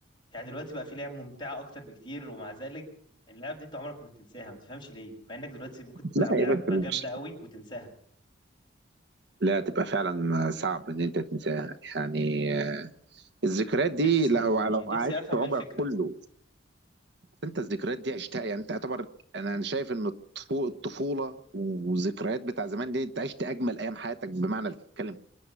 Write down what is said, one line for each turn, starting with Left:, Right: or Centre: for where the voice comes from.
Left: يعني دلوقتي بقى في لعب ممتعة اكتر بكتير ومع ذلك اللعب دي انت عمرك ما بتنساها ما تفهمش ليه مع انك دلوقتي ممكن تلعب
Right: لا
Left: لعبة
Right: يا باشا
Left: جامدة
Right: مش
Left: قوي وتنساها
Right: لا تبقى فعلا صعب ان انت تنساها يعني آه، الذكريات دي
Left: نفسي
Right: لو لو
Left: نفسي
Right: عشت
Left: افهم
Right: عمرك
Left: ايه الفكره
Right: كله انت الذكريات دي عشتها يعني انت اعتبر انا أنا شايف ان الطفو- الطفوله والذكريات بتاع زمان دي انت عشت اجمل ايام حياتك بمعنى الكلمه